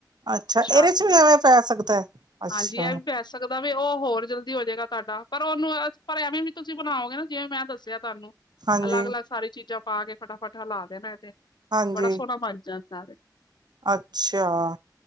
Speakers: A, on the right; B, on the left.
A: ਅੱਛਾ
B: ਪ੍ਰਸ਼ਾਦ,
A: ਇਹਦੇ ਚ ਵੀ ਐਵੇਂ ਪੈ ਸਕਦਾ ਹੈ ਅੱਛਾ
B: ਹਾਂਜੀ ਇਹ ਵੀ ਪੈ ਸਕਦਾ। ਉਹ ਹੋਰ ਜਲਦੀ ਹੋਜੇਗਾ ਤੁਹਾਡਾ ਪਰ ਉਹਨੂੰ ਪਰ ਐਵੇਂ ਵੀ ਤੁਸੀਂ ਬਣਾਓਗੇ ਨਾ ਜਿਵੇਂ ਮੈਂ ਦੱਸਿਆ ਤੁਹਾਨੂੰ
A: ਹਾਂਜੀ
B: ਅਲੱਗ-ਅਲੱਗ ਸਾਰੀ ਚੀਜ਼ਾਂ ਪਾ ਕੇ ਫਟਾਫਟ ਹਿਲਾ ਦੇਣਾ ਤੇ
A: ਹਾਂਜੀ
B: ਬੜਾ ਸੋਹਣਾ ਬਣ ਜਾਂ। ਆ ਦੇਖ
A: ਅੱਛਾ!